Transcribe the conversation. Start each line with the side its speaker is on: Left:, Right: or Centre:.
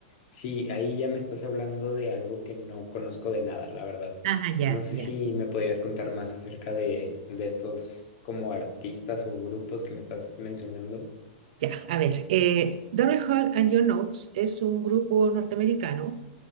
Left: Sí, ahí ya me estás hablando de algo que no conozco de nada, la verdad.
Right: Ajá, ya,
Left: No sé
Right: ya.
Left: si me podrías contar más acerca de, de estos como artistas o grupos que me estás mencionando.
Right: Ya, a ver, eh, Daryl Hall and Your Notes es un grupo norteamericano,